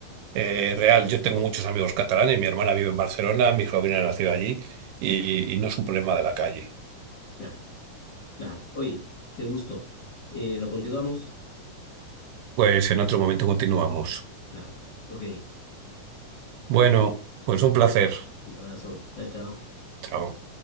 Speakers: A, on the right (about 80°); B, on the left (about 40°).
A: eh, real. Yo tengo muchos amigos catalanes, mi hermana vive en Barcelona, mi sobrina nació allí, y, y no es un problema de la calle.
B: Claro, claro. Oye, qué gusto. Eh, ¿lo continuamos?
A: Pues en otro momento continuamos.
B: Claro. Ok,
A: Bueno, pues un placer.
B: un abrazo. Chao, chao.
A: Chao.